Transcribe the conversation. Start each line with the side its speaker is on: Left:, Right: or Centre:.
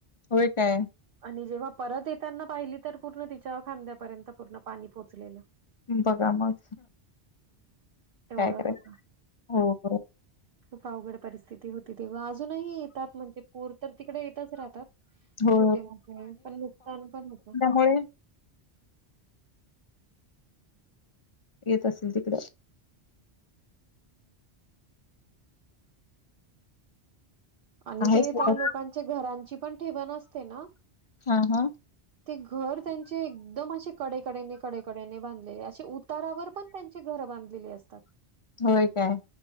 Left: होय काय
Right: आणि जेव्हा परत येताना पाहिली, तर पूर्ण तिच्या खांद्यापर्यंत पूर्ण पाणी पोचलेलं.
Left: बघा मग.
Right: एवढं
Left: काय करायली?
Right: होतं.
Left: हो.
Right: खूप अवघड परिस्थिती होती तेव्हा. अजूनही येतात म्हणजे पूर तर तिकडे येतच राहतात.
Left: हो.
Right: छोटे मोठे, पण नुकसान पण होतं.
Left: मुळे येत असेल तिकडं.
Right: आणि
Left: आहे
Right: ते
Left: सोबत.
Right: त्या लोकांच्या घरांची पण ठेवण असते ना
Left: हू हू
Right: ते घर त्यांचे एकदम असे कडेकडेने कडेकडेने बांधले असे तारावर पण त्यांची घरं बांधलेली असतात.
Left: होय काय?